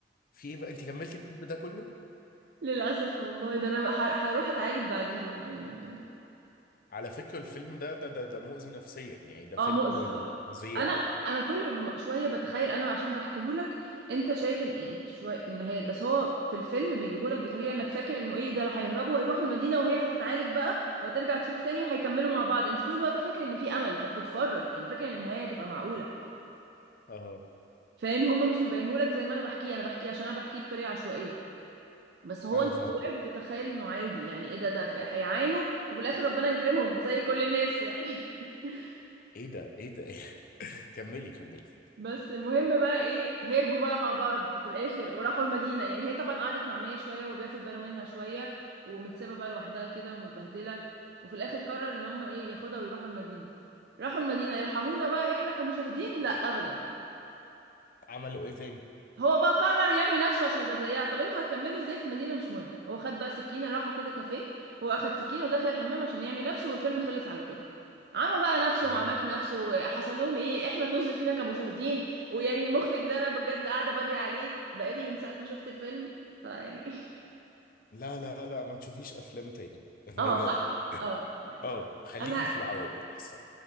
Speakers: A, on the left; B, on the right.
A: في ايه بقى انت كملتي الفيلم ده كله؟
B: للاسف والله ده انا بقى هر- هروح اتعالج بعديه يعني
A: على فكرة الفيلم ده ده ده, ده مؤذي نفسيا يعني ده
B: اه
A: فيلم
B: مؤذي اه
A: فظيع
B: انا
A: يعني
B: انا كل م- شويه بتخيل انا عشان بحكيهولك انت شايف ان إن شويه النهايات بس هو في الفيلم بيجيبهولك بطريقه انك فاكر انه ايه ده اللي هيهربوا ويروحوا المدينه وهي هتتعالج بقى وهترجع تشوف تاني وهيكملوا مع بعض انت طول الوقت فاكر ان في امل فبتتفرج يعني فاكر ان النهايه هتبقى معقوله
A: اه
B: فاهم هما مش مبينهولك زي ما انا بحكيه انا بحكيه عشان انا بحكيه بطريقه عشوائيه بس هو
A: انا
B: انت
A: فاهم
B: جواك بتتخيل انه عادي يعني ايه ده ده في- هيعانوا وفي الاخر ربنا يكرمهم زي كل الناس يعني <laughs>
A: ايه ده ايه ده <laughs> كملي كملي
B: بس المهم بقى ايه هربوا بقى مع بعض في الاخر وراحوا المدينة يعني هي طبعا قعدت مع مية شوية وبياخد باله منها شوية ومتسابة بقى لوحدها كده ومتبهدلة وفي الاخر قرر ان هم ايه ياخدها ويروحوا المدينة راحوا المدينة يرحمونا بقى احنا كمشاهدين لا ابدا
A: عملوا ايه تاني؟
B: هو بقى قرر يعمي نفسه عشان يبقى زيها طب انتوا هتكملوا ازاي في المدينه مش مهم هو خد بقى سكينه راحوا كده كافيه هو اخد سكينه ودخل الحمام عشان يعمي نفسه والفيلم خلص على كده عمى بقى نفسه
A: يا
B: ما عملش نفسه حصل لهم ايه احنا طز فينا كمشاهدين ويعني المخرج ده انا بجد قاعده بدري عليه بقالي من ساعه ما شفت الفيلم فيعني
A: لا لا لا ما تشوفيش افلام تاني
B: <laughs>
A: <laughs> بجد
B: اه صح اه يعني
A: اه خليكي
B: انا
A: في العربي احسن